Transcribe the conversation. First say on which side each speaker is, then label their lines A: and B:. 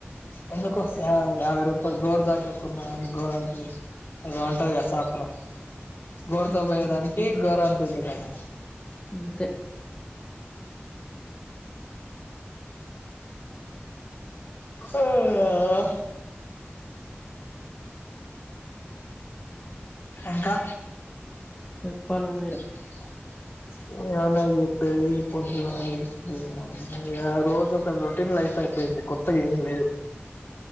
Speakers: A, on the left; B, on the left.
A: ఎందుకు యా యాభై రూపాల్ గోరు దాటకున్నా గోరం చేస్ ఏదో ఉంటది కదా శాస్రం గోరుతో
B: ఉమ్
A: పోయేదానికి గోరంత ఎందుకని
B: అంతే
A: ఆ ఇంకా
B: చెప్పాలా మీరే
A: <inaudible> ఏమున్నాయి చెప్పేవి పొద్దున లేసి ఇగ రోజు ఒక రొటీన్ లైఫ్ అయి పోయింది కొత్తగా ఏం లేదు